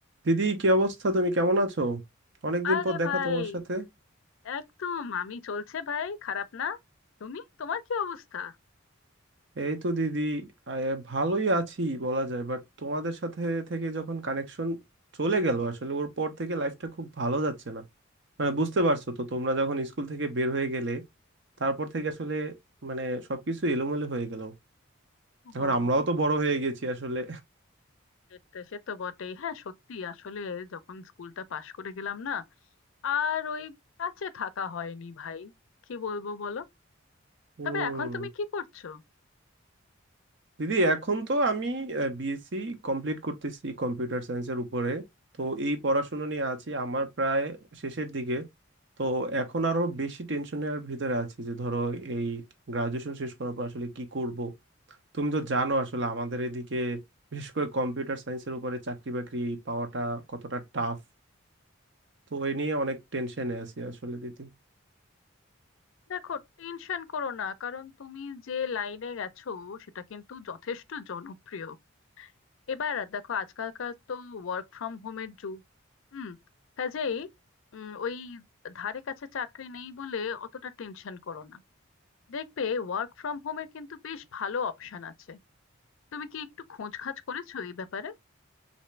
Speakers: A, on the right (about 55°); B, on the left (about 70°).
A: দিদি কি অবস্থা তুমি কেমন আছো অনেকদিন
B: আরে
A: পর দেখা
B: ভাই
A: তোমার সাথে
B: একদম আমি চলছে ভাই খারাপ না তুমি তোমার কি অবস্থা
A: এই তো দিদি আহ, ভালোই আছি বলা যায় বাট তোমাদের সাথে থেকে যখন কানেকশন চলে গেল আসলে ওর পর থেকে লাইফটা খুব ভালো যাচ্ছে না মানে বুঝতে পারছো তো তোমরা যখন স্কুল থেকে বের হয়ে গেলে তারপর থেকে আসলে মানে সবকিছু এলোমেলো হয়ে গেল
B: ও
A: এখন আমরাও তো বড় হয়ে গেছি আসলে
B: এটা সে তো বটেই হ্যাঁ সত্যি আসলে যখন স্কুলটা পাশ করে গেলাম না আর ওই কাছে থাকা হয়নি ভাই কি বলবো বলো
A: হুম
B: তবে এখন তুমি কি করছো
A: দিদি এখন তো আমি বিএসসি কমপ্লিট করতেছি কম্পিউটার সায়েন্সের উপরে তো এই পড়াশোনা নিয়ে আছি আমার প্রায় শেষের দিকে তো এখন আরো বেশি টেনশনের ভিতরে আছি যে ধরো এই গ্রাজুয়েশন শেষ করার পর আসলে কি করব তুমি তো জানো আসলে আমাদের এদিকে বিশেষ করে কম্পিউটার সায়েন্সের উপরে চাকরি বাকরি পাওয়াটা কতটা টাফ তো এ নিয়ে অনেক টেনশনে আছি আসলে দিদি
B: দেখো টেনশন করো না কারণ তুমি যে লাইনে গেছো সেটা কিন্তু যথেষ্ট জনপ্রিয় এবার দেখো আজকালকার তো ওয়ার্ক ফ্রম হোমের যুগ হুম কাজেই উম, ওই ধারে কাছে চাকরি নেই বলে অতটা টেনশন করো না দেখবে ওয়ার্ক ফ্রম হোমের কিন্তু বেশ ভালো অপশন আছে তুমি কি একটু খোঁজ খাজ করেছো এই ব্যাপারে